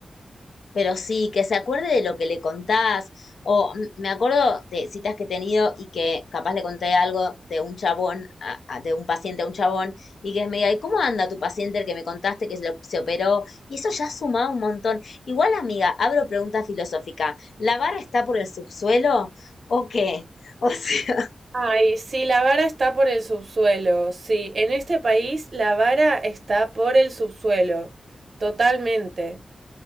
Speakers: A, on the left; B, on the right.
A: Pero sí, que se acuerde de lo que le contás. O mm, me acuerdo de citas que he tenido y que capaz le conté algo de un chabón, a- a- de un paciente a un chabón, y que me diga, ¿y cómo anda tu paciente el que me contaste que se, lo- se operó? Y eso ya suma un montón. Igual, amiga, abro pregunta filosófica. ¿La vara está por el subsuelo o qué? O sea,
B: Ay, sí, la vara está por el subsuelo. Sí, en este país la vara está por el subsuelo. Totalmente,